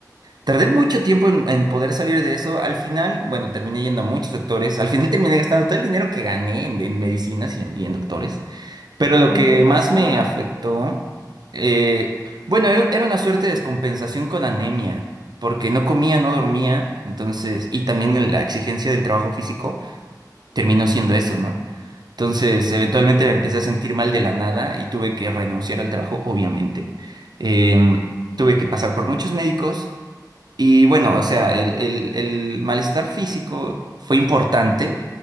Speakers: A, on the right (about 70°); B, on the left (about 40°).
A: tardé mucho tiempo en, en poder salir de eso. Al final, bueno, terminé yendo a muchos doctores. Al final <laughs> terminé gastando todo el dinero que gané en, en medicinas y en, y en doctores. Pero lo
B: ¿Pero
A: que
B: qué te pasaba?
A: más me afectó, eh, bueno, era, era una suerte de descompensación con anemia. Porque no comía, no dormía, entonces, y también la exigencia del trabajo físico terminó siendo eso, ¿no? Entonces, eventualmente me empecé a sentir mal de la nada y tuve que renunciar al trabajo, obviamente. Em, tuve que pasar por muchos médicos y bueno, o sea, el, el- el malestar físico fue importante,